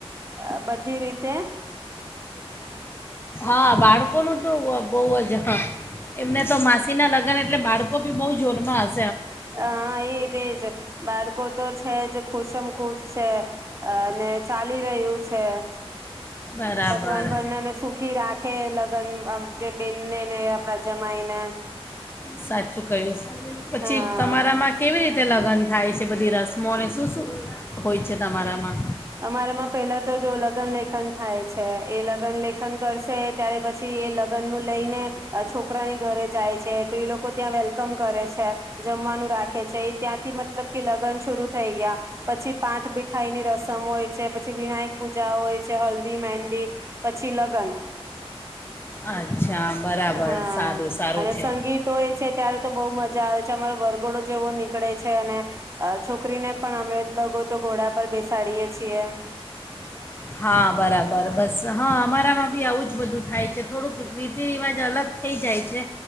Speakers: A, on the right (about 30°); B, on the left (about 20°).
A: અ બધી રીતે.
B: આ બાળકોનો તો બવ જ એમને તો માસીના લગ્ન એટલે બાળકો બી બહુ જોડમાંસ
A: અ એજ એજ બાળકો તો છે જ ખુશમ ખુશ છે. અને ચાલી રહ્યું છે. ક્ષ
B: બરાબર
A: ભગવાન વર્ણને સુખી રાખે લગ્ન અમં જે બેને ને આપણા જેમ માયના
B: સાઠ છૂકરેસ પછી
A: હા
B: તમારામાં કેવી રીતે લગ્ન થાય છે બધી રસમોને શું શું હોય છે તમારામાં
A: અમારામાં પેલા તો જો લગ્ન લેખન થાય છે એ લગ્ન લેખન કરશે ત્યારે પછી એ લગ્ન નું લઈને આ છોકરાની ઘરે જાય છે. તે લોકો ત્યાં વેલ કમ કરે છે, જમવાનું રાખે છે, એ ત્યાંથી મતલબ કે લગ્ન શરૂ થઈ ગયા. પછી પાઠ બીઠાઈ ની રસ મ હોય છે, પછી વિનાયક પૂજા હોય છે, હલ્દી મેહેંદી, પછી લગ્ન.
B: અચ્છા. બરાબર
A: હા
B: સારું સારું
A: અને
B: છે
A: સંગીતો એ છે ત્યારે તો બહુ મજા આવે છે અમારો વરઘોડો જેવો નીકળે છે અને છોકરીને પણ અમે લોકો તો ઘોડા પર બેસાડીએ છીએ
B: હા બરાબર બસ. હા અમારામાં બી આવું જ બધું થાય છે થોડુંક રી રીતિરિવાજ અલગ થઈ જાય છે.